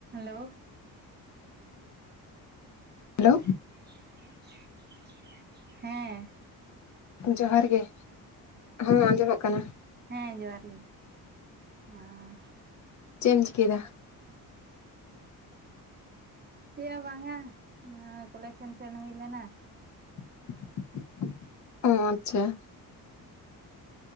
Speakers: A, on the right (about 25°); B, on the left (about 50°).
A: Hello.
B: Hello
A: <unintelligible> <unintelligible> ᱦᱮᱸᱻ᱾
B: ᱡᱚᱦᱟᱨ ᱜᱮ, ᱦᱚᱸᱻ! ᱟᱸᱡᱚᱢᱚᱜ ᱠᱟᱱᱟ ᱾
A: ᱦᱮᱻ, ᱡᱚᱦᱟᱨ ᱜᱮ, ᱦᱟᱸᱻ ᱾
B: ᱪᱮᱜ ᱮᱢ ᱪᱤᱠᱟᱹᱭ ᱮᱫᱟ?
A: ᱪᱮᱫ ᱦᱚᱸ ᱵᱟᱝᱟ ᱾ ᱚᱸᱻ ᱠᱚᱞᱮᱡᱽ ᱥᱮᱫ, ᱥᱮᱱ ᱦᱩᱭ ᱞᱮᱱᱟ ᱾
B: <unintelligible> ᱚᱼ ᱟᱪᱪᱷᱟ ᱾